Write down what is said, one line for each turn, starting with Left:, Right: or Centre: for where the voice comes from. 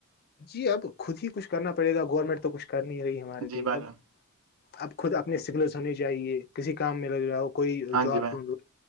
Left: جی اب خود ہی کچھ کرنا پڑے گا گورنمنٹ تو کچھ کر نہیں رہی ہمارے
Right: جی
Left: لیے
Right: بھائی
Left: اب
Right: جان
Left: اب خود اپنی سگلس ہونی چاہیے کسی کام میں لگ رہا ہو کوئی
Right: ہاں
Left: جاب
Right: جی بھائی
Left: ڈھونڈو